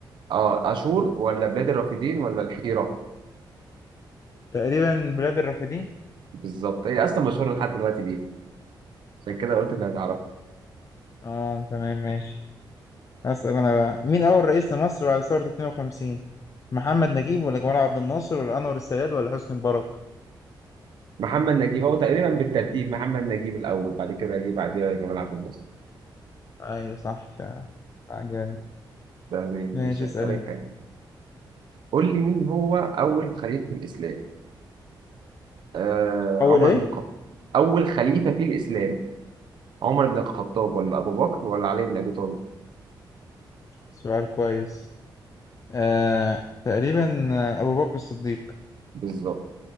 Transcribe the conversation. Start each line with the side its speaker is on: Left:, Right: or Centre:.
Right: اه اشور ولا بلاد الرافدين ولا الحيرة
Left: تقريبا بلاد الرافدين
Right: بالظبط هي اصلا مشهوره لحد دلوقتي بيها عشان كده قلت انك هتعرفها
Left: اه تمام ماشي هسأل أنا بقى مين أول رئيس لمصر بعد ثورة 52؟ محمد نجيب ولا جمال عبد الناصر ولا أنور السادات ولا حسني مبارك؟
Right: محمد نجيب هو تقريبا بالترتيب محمد نجيب الاول بعد كده اجيب بعديها جمال عبد الناصر
Left: أيوة صح فعلا لا جامد
Right: تمام ماشي
Left: ماشي اسأل
Right: اسالك
Left: انت
Right: يعني قول لي مين هو اول خليفه في الاسلام آه
Left: أول
Right: عمر
Left: ايه؟
Right: بن الخطاب اول خليفه في الاسلام عمر بن الخطاب ولا ابو بكر ولا علي بن ابي طالب
Left: سؤال كويس آه تقريبا آه، أبو بكر الصديق
Right: بالظبط